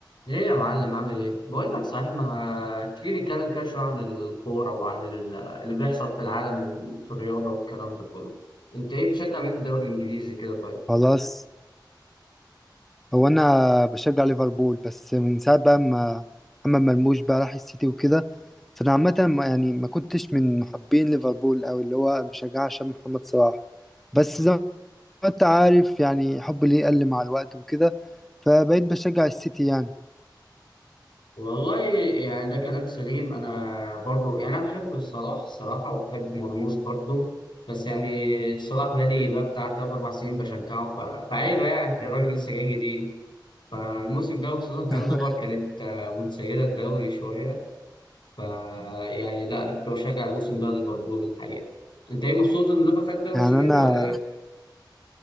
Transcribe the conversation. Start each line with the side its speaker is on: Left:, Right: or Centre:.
Left: ايه يا معلم عامل ايه؟ بقول لك صحيح ما تيجي نتكلم كده شوية عن الكورة وعن ال- اللي بيحصل في العالم في الرياضة والكلام ده كله. انت ايه بتشجع مين في الدوري الانجليزي كده طيب؟
Centre: خلاص هو انا بشجع ليفربول بس من ساعه بقى ما محمد مرموش بقى راح السيتي وكده فانا عامه ما- يعني ما كنتش من محبين ليفربول قوي اللي هو بشجعها عشان محمد صلاح بس زي ما انت عارف يعني حبي ليه قل مع الوقت وكده فبقيت بشجع السيتي يعني
Left: والله يعني ده كلام سليم انا برضو يعني انا بحب صلاح الصراحة وبحب مرموش برضو بس يعني صلاح بقالي بقى بتاع تلات أربع سنين بشجعه ف- فعيبة يعني الراجل لسه جاي جديد فالموسم ده وخصوصا كان
Centre: <laughs>
Left: ليفر كانت آه، متسيدة الدوري شوية ف يعني لا انا كنت بشجع الموسم ده ليفربول الحقيقه انت ايه مبسوط ان ليفربول خد الدوري السنه
Centre: يعني انا
Left: دي ولا ايه؟